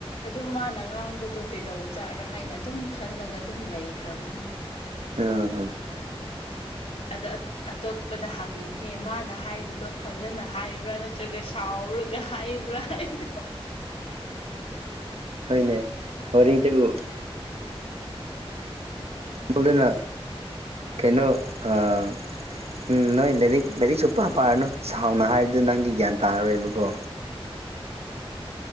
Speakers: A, on the left; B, on the right.
A: ꯑꯗꯨꯝ ꯃꯥꯅ ꯉꯥꯡꯕꯗꯣ ꯀꯩꯗꯧꯖꯥꯠꯔꯥ ꯍꯥꯏꯅ ꯑꯗꯨꯝ ꯈꯜꯂꯒ ꯑꯗꯨꯝ ꯂꯩꯈ꯭ꯔꯕꯅꯦ
B: ꯑꯥ
A: ꯑꯗ ꯑꯇꯣꯛ ꯄꯗ ꯍꯪꯕꯅꯦ ꯃꯥꯅ ꯍꯥꯏꯕꯗꯣ ꯐꯖꯅ ꯍꯥꯏꯕ꯭ꯔꯥ ꯅꯠꯇ꯭ꯔꯒ ꯁꯥꯎꯔꯒ ꯍꯥꯏꯕ꯭ꯔꯥ <unintelligible>
B: ꯍꯣꯏꯅꯦ ꯋꯥꯔꯤꯔꯤꯠꯇꯕꯨ ꯇꯂꯅ ꯀꯩꯅꯣ ꯎꯝ ꯅꯣꯏ ꯂꯥꯏꯔꯤꯛ ꯂꯥꯏꯔꯤꯛꯁꯨ ꯄꯥ ꯄꯥꯔꯅꯨ ꯁꯥꯎꯅ ꯍꯥꯏꯕꯗꯨ ꯅꯪꯗꯤ ꯒ꯭ꯌꯥꯟ ꯇꯥꯔꯔꯣꯏꯕꯀꯣ
A: <unintelligible>